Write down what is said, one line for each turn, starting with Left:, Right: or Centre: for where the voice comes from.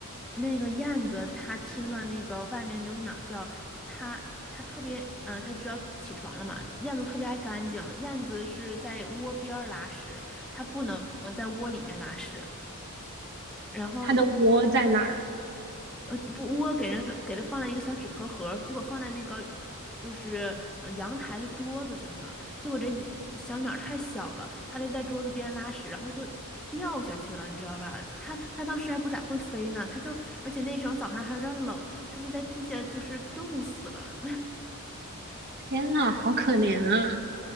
Centre: 那个燕子，它听到那个外面有鸟叫，它它特别，嗯、呃它知道起床了嘛。燕子特别爱干净，燕子是在窝边儿拉屎，它不能在窝里面拉屎。然后
Right: 它的窝在哪儿？
Centre: 呃，不，我给人给他放了一个小纸壳盒儿结果放在那个就是呃阳台的桌子上了。结果这一小鸟儿太小了，它就在桌子边拉屎，然后就掉下去了，你知道吧？它它当时还不咋会飞呢，它就而且那时候早上还有点儿冷，它就在地下就是冻死了。
Right: 天呐，好可怜啊！